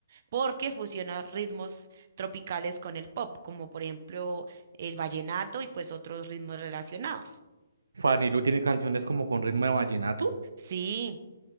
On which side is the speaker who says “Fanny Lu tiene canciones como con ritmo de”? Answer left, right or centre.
Right